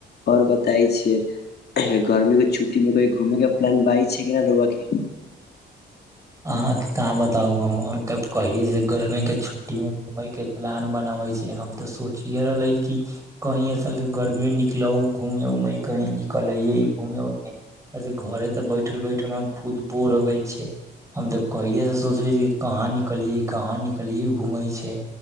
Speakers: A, on the left; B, on the right.
A: आओर बताई छैय गर्मी के छुट्टी मे को घूम के प्लान बइ छै रउवा के।
B: अहाँके कहाँ बताउ हम, हम तऽ कहिे से गर्मेी के छुट्टी मे घूमे के प्लान बनाबे छै, हम तऽ सोचिये रहले कि कही अस गर्मी निकलहु घूमे उऊमे कहीं निकले घूमे उमे, घरे तऽ बैठल बैठल हम खुद बोर हो गेल छी। हम तऽ कहिे से सोचले छी, कहाँ निकलियै, कहाँ निकलियै घूमै छै,